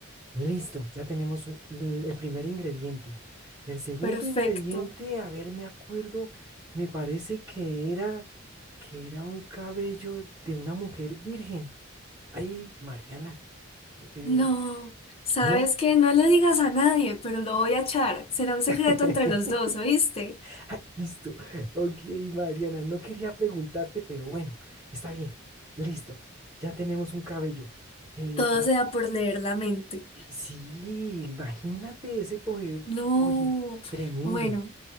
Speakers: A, on the right; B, on the left.
A: Listo, ya tenemos un- el, el primer ingrediente. El segundo
B: Perfecto.
A: ingrediente, a ver, me acuerdo, me parece que era, que era un cabello de una mujer virgen. Ay, Mariana, eh,
B: No, sabes
A: ¿no?
B: que no le digas a nadie, pero lo voy a echar. Será un secreto
A: <laughs>
B: entre los dos, ¿oíste?
A: Ay, Listo. Ok, Mariana, no quería preguntarte, pero bueno, está bien. Listo. Ya tenemos un cabello. Eh,
B: Todo
A: la...
B: sea por leer la mente.
A: Sí, imagínate ese poder.
B: No,
A: Oye, tremendo.
B: bueno,